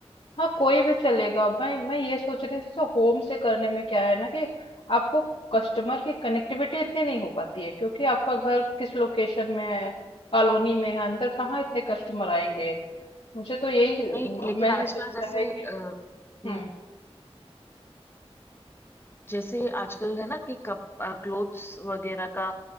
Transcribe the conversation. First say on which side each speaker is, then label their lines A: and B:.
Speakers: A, on the left; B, on the left.
A: हाँ कोई भी चलेगा मैं मैं ये सोच रही थी जैसे होम से करने में क्या है ना कि आपको कस्टमर की कनेक्टिविटी इतनी नहीं हो पाती है क्योंकि आपका घर किस लोकेशन में है कॉलोनी में है अंदर कहाँ इतने कस्टमर आएंगे मुझे तो यही अ,
B: नहीं लेकिन
A: मैंने
B: आजकल
A: सोचा
B: जैसे
A: है कि
B: अ, हम्म
A: हम्म
B: जैसे आजकल है ना कि कप क्लोथ्स वगैरह का